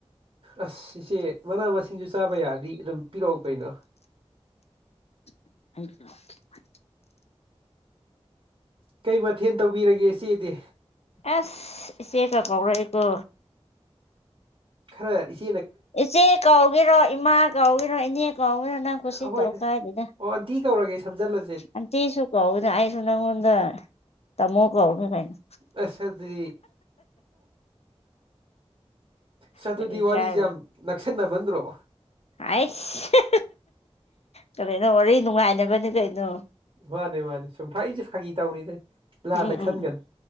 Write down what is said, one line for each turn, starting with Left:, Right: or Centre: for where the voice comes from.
Right: ꯑꯁ ꯏꯆꯦ ꯃꯅꯥ ꯃꯁꯤꯡꯁꯨ ꯆꯥꯕ ꯌꯥꯔꯗꯤ ꯑꯗꯨꯝ ꯄꯤꯔꯛꯑꯣ ꯀꯩꯅꯣ
Left: <unintelligible>
Right: ꯀꯩ ꯃꯊꯦꯟ ꯇꯧꯕꯤꯔꯒꯦ ꯏꯆꯦꯗꯤ
Left: ꯑꯁ ꯏꯁꯆꯦꯀ ꯀꯧꯔꯛꯑꯦꯀꯣ
Right: ꯈꯔ ꯏꯁ
Left: ꯏꯆꯦ ꯀꯧꯒꯦꯔꯣ ꯏꯃꯥ ꯀꯧꯒꯦꯔꯣ ꯏꯅꯦ ꯀꯧꯒꯦꯔꯣ ꯅꯪ ꯀꯨꯁꯤ
Right: ꯑꯍꯣꯏꯗ
Left: ꯇꯧ ꯀꯥꯏꯗꯦꯗ
Right: ꯑꯣ ꯑꯟꯇꯤ ꯀꯧꯔꯒꯦ ꯁꯝꯖꯜꯂ
Left: ꯑꯟꯇꯤꯁꯨꯨ ꯀꯧꯅ ꯑꯩꯁꯨ ꯅꯪꯉꯣꯟꯗ ꯇꯥꯃꯣ ꯀꯥꯎꯔꯒꯦ ꯀꯩꯅꯣ
Right: ꯑꯁ ꯑꯗꯨꯗꯤ ꯁꯗꯨꯗꯤ
Left: ꯀꯔꯤ ꯏꯀꯥꯏꯕ
Right: ꯋꯥꯔꯤꯖꯦ ꯌꯥꯝ ꯅꯛꯁꯟꯅꯃꯟꯗꯔꯣ
Left: ꯑꯥꯏꯁ ꯀꯔꯤꯅꯣ ꯋꯥꯔꯤ ꯅꯨꯡꯉꯥꯏꯅꯕꯅꯤ ꯀꯩꯅꯣ
Right: ꯃꯥꯅꯦ ꯃꯥꯅꯦ ꯁꯨꯝ ꯐꯥꯒꯤꯁꯨ ꯐꯥꯒꯤ ꯇꯧꯅꯤꯗ ꯂꯥꯟꯅ
Left: ꯎꯝ
Right: ꯈꯟꯒꯅꯨ
Left: ꯎꯝ